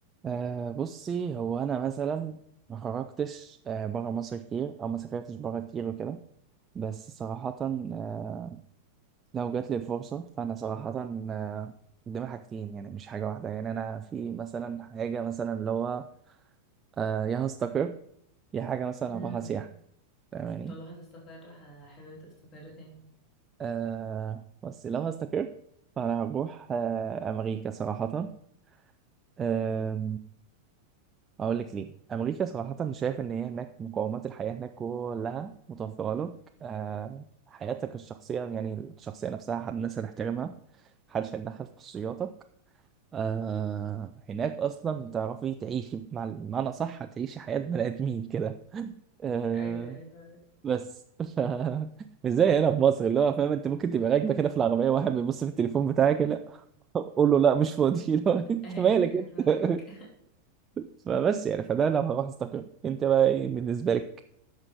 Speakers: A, on the right; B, on the left.
A: أه بصي هو انا مثلا ما خرجتش أه بره مصر كتير او ما سافرتش بره كتير وكده بس صراحة أه لو جات لي الفرصة فانا صراحة أه قدامي حاجتين يعني مش حاجة واحدة يعني انا في مثلا حاجة مثلا اللي هو أه يا هستقر يا حاجة مثلا
B: امم
A: هروح سياحة فاهماني
B: فلو هتستقر ح- حابب تستقر فين
A: أه بس لو هستقر فانا هروح أه امريكا صراحة أه اقول لك ليه امريكا صراحه شايف ان هي هناك مقومات الحياه هناك كلها متوفره لك آه حياتك الشخصيه يعني الشخصيه نفسها حد الناس هتحترمها محدش هيتدخل في خصوصياتك آه هناك اصلا تعرفي تعيشي مع بمعنى صح هتعيشي حياه بني ادمين كده آه
B: ايوه ايوه فاهمك.
A: بس ف... <laughs> مش زي هنا في مصر اللي هو فاهم انت ممكن تبقى راكبه كده في العربيه واحد بيبص في التليفون بتاعك لا <laughs> قول له لا مش فاضي <laughs> لو انت
B: ايوه
A: مالك
B: ايوه فاهمك
A: انت فبس يعني فده لو هروح استقر انت بقى ايه بالنسبه لك